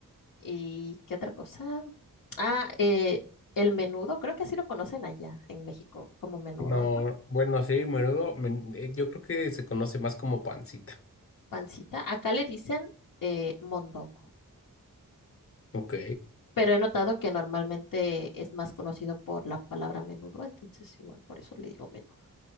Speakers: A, on the left; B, on the left.
A: y qué otra cosa. Ah, eh, el menudo, creo que así lo conocen allá en México como menudo,
B: No,
A: ¿no?
B: bueno, sí, menudo. men- eh, yo creo que se conoce más como pancita.
A: Pancita. Acá le dicen eh, mondongo.
B: Ok,
A: pero he notado que normalmente es más conocido por la palabra menudo, entonces igual por eso le digo menudo.